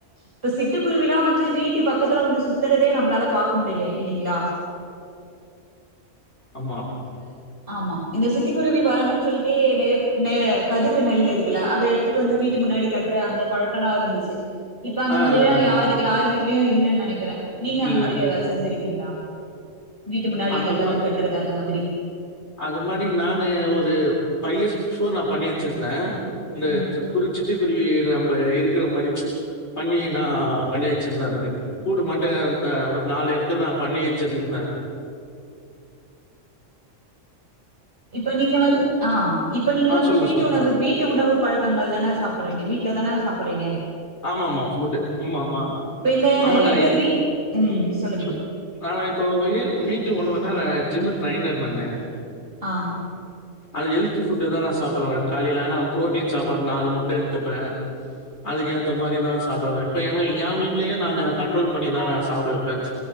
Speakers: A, on the right; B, on the left.
A: இப்ப சிட்டுக்குருவில்லாம் வந்து வீட்டு பக்கத்துல வந்து சுத்தறதே நம்ளால பாக் க்க முடில இல்லிங்ளா
B: அமா ஆமா
A: ஆமா இந்த சிட்டுக்குருவி வரணு சொல்லி டே நெர் நெ கதிரு நெல்லு இருக்குல அத எடுத்துட்டு வந்து வீட்டு முன்னாடி கட்ற அந்த பழக்கலா இருந்துச்சு இப்ப அந்த
B: ஆ
A: மாதிரிலா
B: ஆ ஆ.
A: யாரு யாரு வீ லீவு இல்ல நெனைக்கிறே நீங்க அந்த
B: இல்ல
A: மாதிரி எதாவது செஞ்சிரு இத்தா வீட்டு முன்னாடி
B: அது
A: இந்த கதிர்
B: மா
A: கட்றது அந்த மாதிரி
B: அது மாரி நானு ஒரு ஃபைவ் இயர்ஸ் பிஃபோர் நா பண்ணி வெச்சிருந்தே இந்த
A: ம்
B: ச்சு குறிச்சுட்டு ப் ப்டியே நம்ப இருக்குற மாரி பண்ணி நா பண்ணி வச்சிருந்தே அதுக்குன்னு, கூடு மாட்டேன் தா ஒரு நாலு எடத்துல நா பண்ணி வெச்சிருந்தேன்
A: இப்ப நீங்க வந்து ஆ இப்ப நீங்க
B: ஆ
A: வந்து
B: சொல்லுங்க,
A: வீட்டு
B: சொல்லுங்க.
A: உணவு, வீட்டு உணவு பழக்கங்கள் தானே சாப் ப்புட்றீங்க வீட்ல தான சாப்புட்றீங்க
B: ஆமா, ஆமா ஃபுட்டு ஆமா, ஆமா,
A: இப்ப இந்த
B: ஆமா
A: நெறைய
B: ந
A: பேர் வீட் ம் சொல்லுங்க
B: செரி நா இப்ப வீடு வீட்டு உணவ வ நா ஜிம்மின் ட்ரைனர் நானு
A: ஆ
B: அது ஹெல்த்து ஃபுட்டு தான் நா சாப்பறவேன் காலையில ஆனா ப்ரோட்டீன் சாப்பாடு நாலு மொட்டு எடுத்துப்பேன் அதுக்கு ஏற்ற இந்த மாதிரிதான் சாப்பிடுவேன் இப்ப எங்க ஏம் வீட்லயும் நான் கண்ட்ரோல் பண்ணித்தா நா சாப்ட வப்பேன் ம்ச்